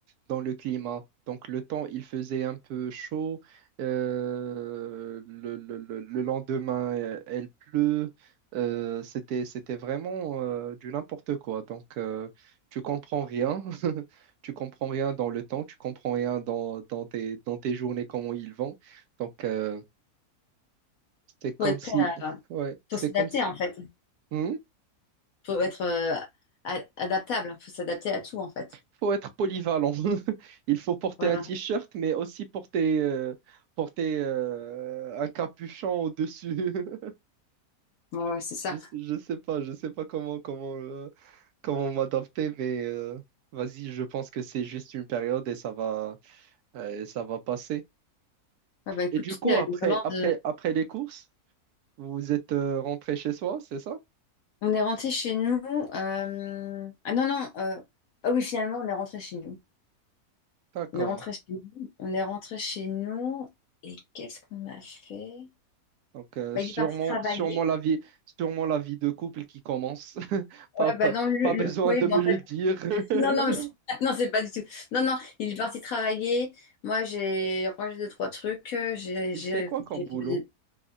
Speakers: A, on the right (about 80°); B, on the left (about 70°).
A: dans le climat. Donc le temps, il faisait un peu chaud. euh, le, le- le- le lendemain, euh, elle pleut. euh, c'était, c'était vraiment euh, du n'importe quoi. Donc euh, tu comprends rien. <laughs> Tu comprends rien dans le temps. Tu comprends rien dans, dans tes, dans tes journées, comment ils vont. Donc euh, c'est comme
B: faut être
A: si...
B: prêt à,
A: Ouais, c'est
B: faut s'adapter
A: comme si...
B: en fait.
A: Hmm
B: Faut être euh, a- adaptable. Faut s'adapter à tout en fait.
A: faut être polyvalent. <laughs> Il faut porter
B: Voilà.
A: un t-shirt, mais aussi porter, euh, porter euh, un capuchon au-dessus. <laughs>
B: Ouais, ouais, c'est ça.
A: Je, je sais pas, je sais pas comment, comment, euh, comment m'adapter, mais euh, vas-y, je pense que c'est juste une période et ça va, euh, et ça va passer.
B: Ah bah écoute,
A: Et du
B: tu
A: coup,
B: sais,
A: après,
B: euh, l'Irlande,
A: après,
B: euh,
A: après les courses, vous êtes euh, rentré chez soi, c'est ça?
B: on est rentré chez nous. euh, Ah non non. euh, Ah oui, finalement, on est rentré chez nous.
A: D'accord.
B: On est rentré chez nous. On est rentré chez nous. Et qu'est-ce qu'on a fait?
A: Donc, euh,
B: Bah,
A: sûrement,
B: il est parti travailler.
A: sûrement la vie, sûrement la vie de couple qui commence. <laughs> Pas,
B: Ouais,
A: pas,
B: bah non, le-
A: pas
B: le-
A: besoin
B: oui,
A: de
B: bah,
A: me
B: en
A: le
B: fait, <laughs>
A: dire. <laughs>
B: non, non, mais c'est <laughs> non, c'est pas du tout. Non, non, il est parti travailler. Moi, j'ai rangé deux, trois trucs. euh, J'ai,
A: Il
B: j'ai,
A: fait quoi comme
B: j'ai-
A: boulot?